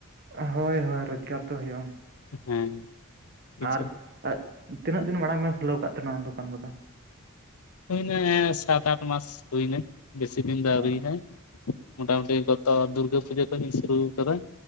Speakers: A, on the right; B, on the left.
A: ᱦᱟᱭ ᱦᱚᱭ ᱨᱚᱡᱽᱜᱟᱨ ᱛᱚ ᱦᱩᱭᱩᱜᱼᱟ᱾
B: ᱦᱮᱸ᱾ ᱠᱤᱪᱷᱩ
A: ᱟᱨ ᱛᱤᱱᱟᱹᱜ ᱫᱤᱱ ᱢᱟᱲᱟᱝ ᱵᱤᱤᱱ ᱠᱷᱩᱞᱟᱹᱣ ᱟᱠᱟᱫ ᱛᱟᱦᱮᱱᱟ ᱫᱚᱠᱟᱱ ᱠᱚᱫᱚ?
B: ᱦᱩᱭᱱᱟ ᱥᱟᱛ ᱟᱴ ᱢᱟᱥ ᱦᱩᱭᱱᱟ ᱵᱤᱥᱤ ᱫᱤᱱ ᱫᱚ
A: ᱚ
B: ᱟᱹᱣᱨᱤᱭᱟ-ᱟ ᱢᱚᱴᱟ ᱢᱩᱴᱤ ᱛᱚ ᱫᱩᱨᱜᱟᱹ ᱯᱩᱡᱟᱹ ᱠᱷᱚᱱ ᱞᱤᱧ ᱥᱩᱨᱩ ᱟᱠᱟᱫᱟ᱾